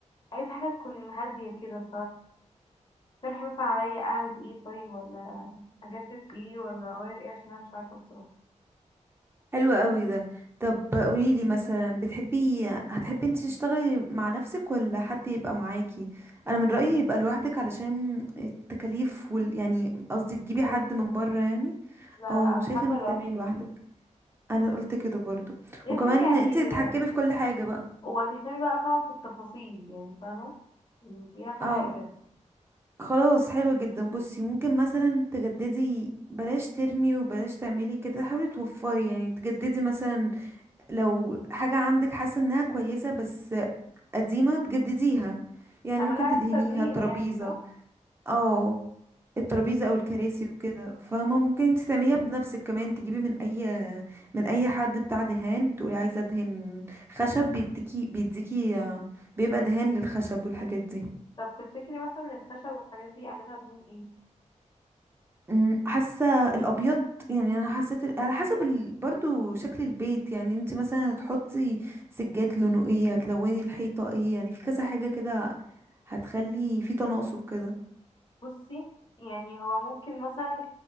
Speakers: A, on the left (about 40°); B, on the right (about 20°).
A: عايزة حاجة تكون هادية كده فاقترحي مثلا عليا اعمل ايه طيب ولا اجدد في ايه ولا اغير ايه عشان انا مش عارفة بصراحة
B: حلو قوي ده طب قوليلي مثلا بتحبي هتحبي انتي تشتغلي مع نفسك ولا حد يبقى معاكي انا من رأيي يبقى لوحدك علشان التكاليف وال... يعني قصدي
A: بالظبط
B: تجيبي حد من بره يعني
A: لا
B: اه
A: لا انا
B: شايفه
A: حابه
B: انك
A: لوحدي
B: تعملي لوحدك انا قلت كده برضو
A: غير
B: وكمان
A: كده يعني
B: انتي تتحكمي
A: آه،
B: في كل حاجه بقى
A: وهتهتمي بقى فاهمه في التفاصيل يعني فاهمه يعني دي اهم
B: اه
A: حاجه
B: خلاص حلو جدا بصي ممكن مثلا تجددي بلاش ترمي وبلاش تعملي كده حاولي توفري يعني تجددي مثلا لو حاجة عندك حاسة انها كويسة بس قديمة تجدديها يعني
A: اعمل
B: ممكن
A: لها اعاده
B: تدهنيها
A: تدوير
B: الترابيزة
A: يعني صح
B: اه الترابيزة
A: مم.
B: او الكراسي وكده فاهمة ممكن انت تعمليها بنفسك كمان تجيبي من اي من اي حد بتاع دهان تقولي عايزة ادهن خشب بيديكي بيديكي آه، بيبقى دهان للخشب والحاجات دي
A: طب تفتكري مثلا الخشب والحاجات دي اعملها بلون ايه
B: أمم، حاسة الابيض يعني انا حسيت ال- على حسب ال... برضو شكل البيت يعني انت مثلا هتحطي سجاد لونه ايه هتلوني الحيطة ايه يعني في كذا حاجة كده هتخلي في تناسق كده
A: بصي يعني هو ممكن مثلا